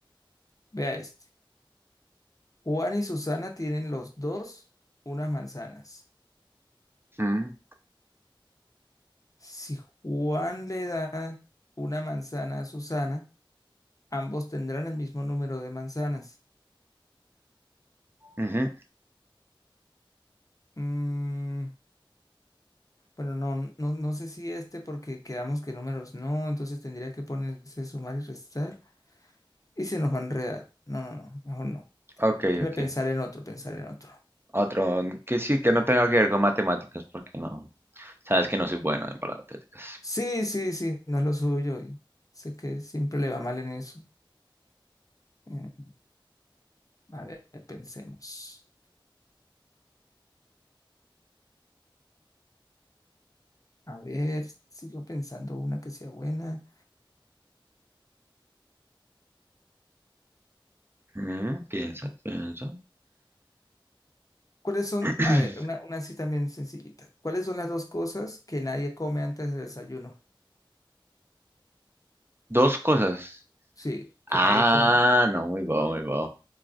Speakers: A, on the left (about 40°); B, on the right (about 25°).
A: vea este. Juan y Susana tienen los dos unas manzanas.
B: Mm,
A: Si Juan le da una manzana a Susana, ambos tendrán el mismo número de manzanas.
B: ujú.
A: Mm, Bueno, no, no, no sé si este porque quedamos que números no, entonces tendría que ponerse sumar y restar y se nos va a enredar. No, no, no, mejor no.
B: Ok,
A: Dime
B: ok.
A: pensar en otro, pensar en otro.
B: Otro que sí, que no tenga que ver con matemáticas, porque no. Sabes que no soy bueno en palabras técnicas.
A: Sí, sí, sí, no es lo suyo y sé que siempre le va mal en eso. Eh, a ver, pensemos. A ver, sigo pensando una que sea buena.
B: Mm, piensa, piensa.
A: ¿Cuáles son?
B: <clears throat>
A: A ver, una, una así también sencillita. ¿Cuáles son las dos cosas que nadie come antes del desayuno?
B: Dos cosas.
A: Sí, que
B: Ah,
A: nadie come.
B: no, muy bueno, muy bueno.